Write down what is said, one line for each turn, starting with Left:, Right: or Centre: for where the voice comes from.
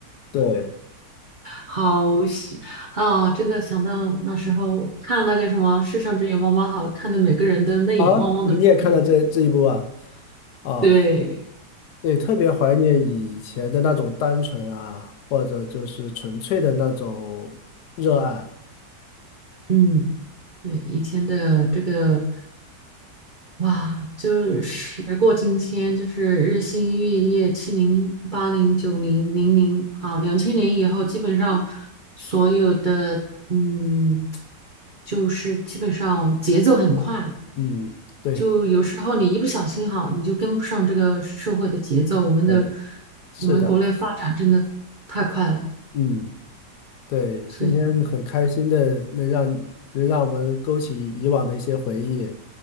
Left: 对。
Right: 好喜啊！真的想到那时候看那个什么《世上只有妈妈好》，看的每个人都泪眼汪汪的出来。
Left: 啊，你也看到这这一步啊？啊，
Right: 对，
Left: 对，特别怀念以前的那种单纯啊，或者就是纯粹的那种热爱。
Right: 嗯，对，以前的这个哇，就时过境迁，就是日新月异，七零、八零、九零、零零，好，两千年以后，基本上所有的嗯，就是基本上节奏很快，
Left: 嗯，对
Right: 就有时候你一不小心哈，你就跟不上这个社会的节奏。我们的
Left: 对，是的，
Right: 我们国内发展真的太快了，
Left: 嗯，对，
Right: 所以
Left: 今天很开心的能让能让我们勾起以往的一些回忆